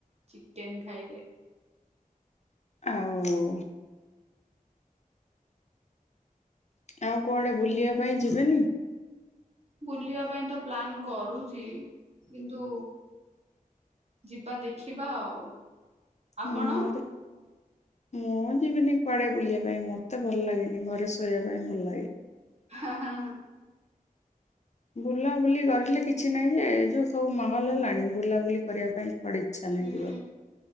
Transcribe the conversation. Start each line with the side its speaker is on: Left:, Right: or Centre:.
Right: ଚି। କେନ୍ ଖାଇଲେ।
Left: ଆଉ ଆଉ କୁଆଡେ ବୁଲିବା ପାଇଁ ଯିବେନି?
Right: ବୁଲିବା ପାଇଁ ତ ପ୍ଲାନ୍ କରୁଛି କିନ୍ତୁ ଯିବା ଦେଖିବା ଆଉ। ଆପଣ?
Left: ହୁଁ ମୁତ ମୁଁ ଯିବିନି କୁଆଡେ ବୁଲିବା ପାଇଁ ମତେ ଭଲ ଲାଗେନି ଘରେ ଶୋଇବା ପାଇଁ ଭଲ ଲାଗେ।
Right: ହଁ ହଁ ହଁ।
Left: ବୁଲାବୁଲି କରିଲେ କିଛି ନାହିଁ ଯେ ଏ ଯୋଉ ସବୁ ମାହଲ ହେଲାଣି ବୁଲାବୁଲି କରିବା ପାଇଁ କୁଆଡେ ଇଚ୍ଛା ନାହିଁ
Right: ହୁଁ
Left: ଯିବାକୁ।